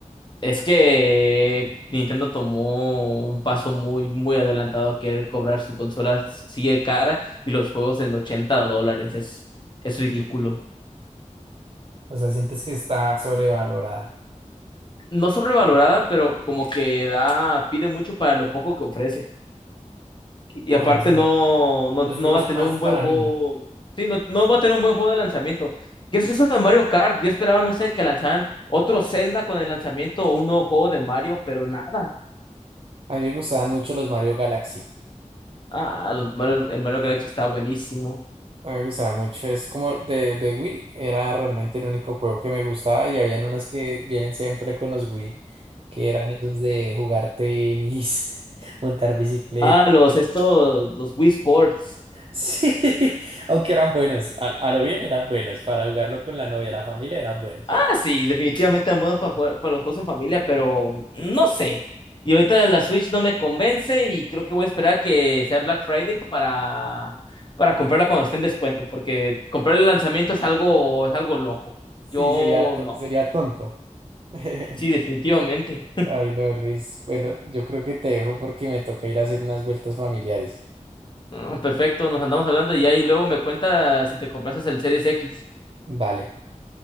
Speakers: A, on the left; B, on the right.
A: Es que Nintendo tomó un paso muy, muy adelantado a querer cobrar su consola sigue cara y los juegos en 80 dólares. Es, es ridículo.
B: O sea, sientes que está sobrevalorada.
A: no sobrevalorada, pero como que da, pide mucho para lo poco que ofrece. Y
B: Bueno,
A: aparte
B: sí,
A: no, no,
B: los juegos
A: no va a
B: son
A: tener
B: más
A: un
B: para
A: buen juego.
B: niños.
A: Sí, no, no va a tener un buen juego de lanzamiento. ¿Qué es eso de Mario Kart? Yo esperaba, no sé, que lanzaran otro Zelda con el lanzamiento o un nuevo juego de Mario, pero nada.
B: A mí me gustaban mucho los Mario Galaxy.
A: Ah, los Mario- el Mario Galaxy está buenísimo.
B: A mí me gustaba mucho, es como de, de Wii, era realmente el único juego que me gustaba y habían unos que vienen siempre con los Wii, que eran esos de jugar tenis, <laughs> montar bicicleta.
A: Ah, los
B: <laughs>
A: estos, los Wii Sports.
B: Sí, aunque eran buenos, a, a lo bien eran buenos, para jugarlo con la novia, la familia eran buenos.
A: Ah, sí, definitivamente eran buenos para jugar para los juegos en familia, pero no sé. Y ahorita la Switch no me convence y creo que voy a esperar que sea Black Friday para, para comprarla cuando esté en descuento, porque comprar el lanzamiento es algo, es algo loco.
B: Sí,
A: Yo
B: sería, to-
A: no.
B: sería tonto. <laughs>
A: Sí, definitivamente.
B: Ay, no, Luis. Bueno, yo creo que te dejo porque me toca ir a hacer unas vueltas familiares.
A: Ah, Perfecto, nos andamos hablando y ahí luego me cuenta si te compraste el Series X.
B: Vale,